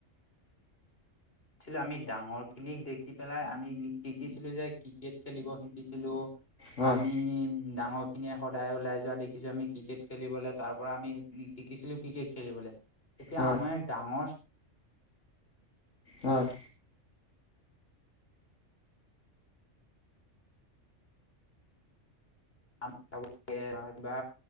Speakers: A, on the left (about 50°); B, on the left (about 70°).
A: আমি ডাঙৰ খিনিক দেখি পেলাই আমি শিকিছিলো যে ক্ৰিকেট খেলিব শিকিছিলো।
B: হয়
A: আমি ডাঙৰখিনিয়ে সদায় ওলাই যোৱা দেখিছোঁ আমি, ক্ৰিকেট খেলিবলে তাৰ পৰা আমি শিকিছিলোঁ ক্ৰিকেট খেলিবলে। তেতিয়া
B: হয়
A: আমাৰ ডাঙৰ
B: হয়।
A: <unintelligible> বা